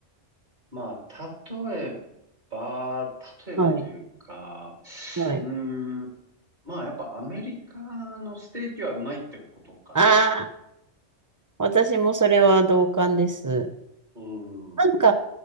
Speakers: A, on the right; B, on the right.
A: まあ、例えば、例えばというか、
B: はい、はい。
A: うーん、まあ、やっぱアメリカのステーキはうまいってことかな。
B: ああ、私もそれは同感です。
A: うん、
B: なんか、
A: うん、